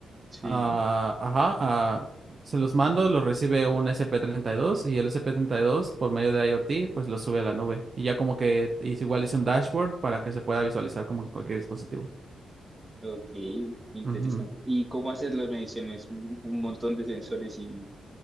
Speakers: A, on the right (about 20°); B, on the right (about 50°).
A: Sí,
B: Ah, ajá, ah, se los mando, los recibe un sp treinta y dos y el sp dos por medio de IoT pues lo sube a la nube. Y ya como que hice- igual hice un dashboard para que se pueda visualizar como en cualquier dispositivo.
A: ok, interesante.
B: Ujú.
A: ¿Y cómo haces las mediciones? Un un montón de sensores y...